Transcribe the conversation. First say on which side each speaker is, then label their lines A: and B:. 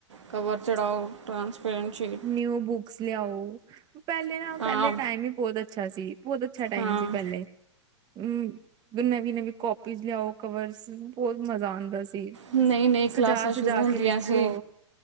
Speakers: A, on the right; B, on the right.
A: ਕਵਰ ਚੜਾਓ ਟ੍ਰਾਂਸਪੇਰੈਂਟ ਸ਼ੀਟ
B: ਨਿਊ ਬੁੱਕਸ ਲਿਆਓ, ਪਹਿਲੇ ਨਾ
A: ਹਾਂ
B: ਪਹਿਲੇ ਟਾਈਮ ਹੀ ਬਹੁਤ ਅੱਛਾ ਸੀ, ਬਹੁਤ ਅੱਛਾ ਟਾਈਮ
A: ਹਾਂ
B: ਸੀ ਪਹਿਲੇ। ਹਮ ਨਵੀਂ ਨਵੀਂ ਕਾਪੀਜ਼ ਲਿਆਓ, ਕਵਰਸ, ਬਹੁਤ ਮਜ਼ਾ ਆਉਂਦਾ ਸੀ।
A: ਨਹੀਂ ਨਹੀਂ
B: ਸਜਾ-ਸਜਾ
A: ਕਲਾਸਾਂ ਸ਼ੁਰੂ ਹੁੰਦੀਆਂ
B: ਕੇ ਲਿਖੋ
A: ਸੀ,